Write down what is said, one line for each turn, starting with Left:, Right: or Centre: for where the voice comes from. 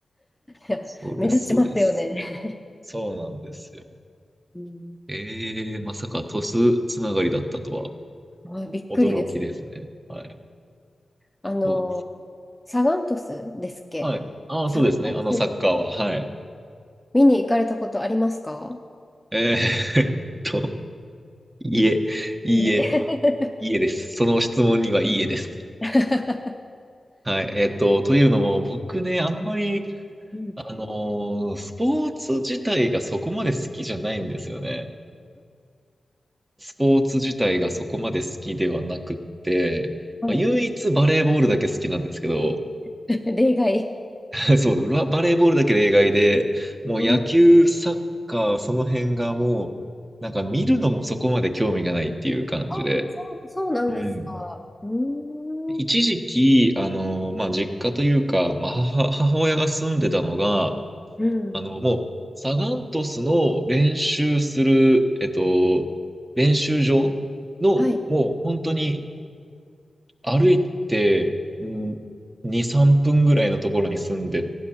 Right: <laughs>
Centre: や目立ちますよね。
Right: そうです、そうです。そうなんですよ。
Centre: うん、
Right: ええまさか鳥栖つながりだったとは
Centre: あ、びっくりです。
Right: 驚きですね。はい。
Centre: あの、
Right: そうです
Centre: サガン鳥栖ですっけサッカーチーム
Right: はい。ああ、そうですね。あのサッカーは。はい。
Centre: 見に行かれたことありますか
Right: えー <laughs> えっと、いいえ、いいえ、
Centre: いえ。
Right: いいえです。その質問にはいいえです。
Centre: <laughs>
Right: はい。えっと、というのも、僕ね、あんまり、
Centre: うん。ん
Right: あのースポーツ自体がそこまで好きじゃないんですよね。スポーツ自体がそこまで好きではなくって、
Centre: はい。
Right: まあ、唯一バレーボールだけ好きなんですけど、
Centre: 例外。
Right: <laughs> そうバ、バレーボールだけ例外で、もう野球、
Centre: うん。
Right: サッカー、その辺がもう、なんか見るのもそこまで興味がないっていう感じで、
Centre: ああ、そう、そうなんですか。
Right: うん。
Centre: うーん。
Right: 一時期、あの、まあ、実家というか、まあ、母、母親が住んでたのが、
Centre: うん。
Right: あの、もう、サガン鳥栖の練習する、えっと、練習場の、
Centre: はい。
Right: もう本当に、歩いて、ん2、3分ぐらいのところに住んで